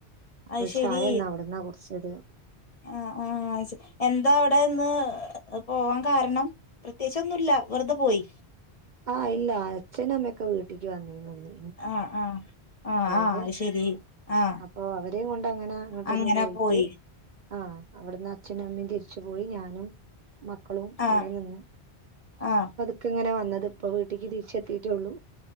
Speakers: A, on the right; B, on the left.
A: അപ്പൊ
B: അത് ശരി
A: ചായ എന്നാ അവിടുന്നാ കുട്ച്ചത്
B: അഹ് ആഹ് ശേ എന്താ ടെന്ന് പോവാൻ കാരണം പ്രത്യേകിച് ഒന്നുല്ല വെറുതെ പോയി
A: ആഹ് ഇല്ല അച്ഛനും അമ്മയൊക്കെ വീട്ടിക്ക് വന്നേ നോന്നി
B: ആഹ് ആഹ് ആഹ്
A: അതെതെ
B: ആഹ് അത് ശരി ആഹ്
A: അപ്പൊ അവരെ കൊണ്ട് അങ്ങനെ അങ്ങോട്ടൊന്ന്
B: അങ്ങനെ
A: പോയിട്ട്
B: പോയി
A: ആഹ് അവിടുന്ന് അച്ഛനും അമ്മയും തിരിച്ചു പോയി ഞാനും മക്കളും
B: ആഹ്
A: അവിടെ നിന്ന്
B: ആഹ്
A: ത്ത് ങ്ങനെ വന്നത് ഇപ്പ വീട്ടീക്ക് തിരിച്ചെത്തിട്ടുള്ളൂ